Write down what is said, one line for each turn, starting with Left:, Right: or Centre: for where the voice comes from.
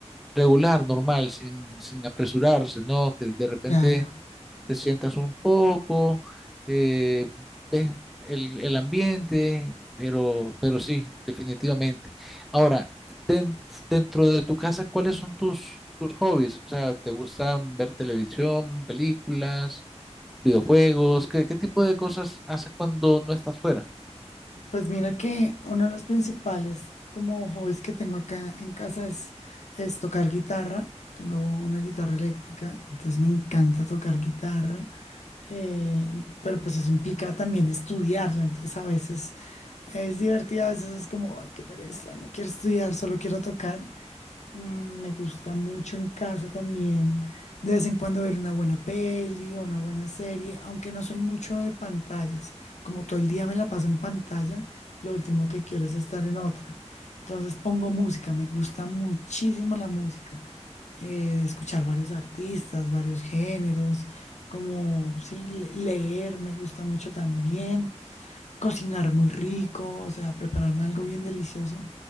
Centre: regular, normal, sin, sin apresurarse, ¿no? Que de repente
Left: Claro.
Centre: te sientas un poco, eh, ves el, el ambiente, pero, pero sí, definitivamente. Ahora, den- dentro de tu casa, ¿cuáles son tus, tus hobbies? O sea, ¿te gustan ver televisión, películas, videojuegos? ¿Qué, qué tipo de cosas haces cuando no estás fuera?
Left: Pues mira que uno de los principales como hobbies que tengo acá en casa es, es tocar guitarra. Tengo una guitarra eléctrica, entonces me encanta tocar guitarra. eh, pero pues eso implica también estudiarla, entonces a veces es divertido, a veces es como, ay, qué pereza, no quiero estudiar, solo quiero tocar, Mm, Me gusta mucho en casa también, de vez en cuando ver una buena peli o una buena serie, aunque no soy mucho de pantallas, como todo el día me la paso en pantalla, lo último que quiero es estar en otra. Entonces pongo música, me gusta muchísimo la música, eh, escuchar varios artistas, varios géneros, como sí, le- leer me gusta mucho también cocinar muy rico, o sea, prepararme algo bien delicioso.